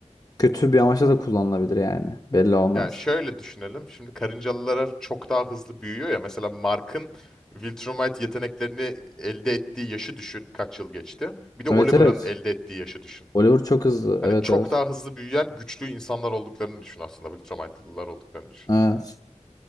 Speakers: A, on the left; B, in the centre.
A: kötü bir amaçla da kullanılabilir yani. Belli olmaz.
B: Yani şöyle düşünelim. Şimdi karıncalılar çok daha hızlı büyüyor ya. Mesela Mark'ın Viltrumite yeteneklerini elde ettiği yaşı düşün. Kaç yıl geçti? Bir de Oliver'ın
A: Evet evet.
B: elde ettiği yaşı düşün.
A: Oliver çok hızlı.
B: Hani
A: Evet
B: çok
A: evet.
B: daha hızlı büyüyen güçlü insanlar olduklarını düşün aslında. Viltrumite'lılar olduklarını düşün.
A: Evet.